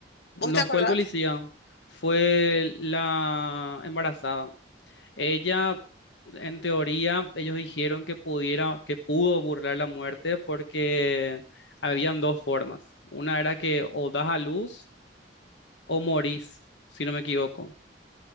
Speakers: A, on the left; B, on the left.
A: ¿Vos
B: No
A: te acordás?
B: fue el policía, fue la embarazada. Ella, en teoría, ellos dijeron que pudiera, que pudo burlar la muerte porque habían dos formas. Una era que o das a luz o morís, si no me equivoco,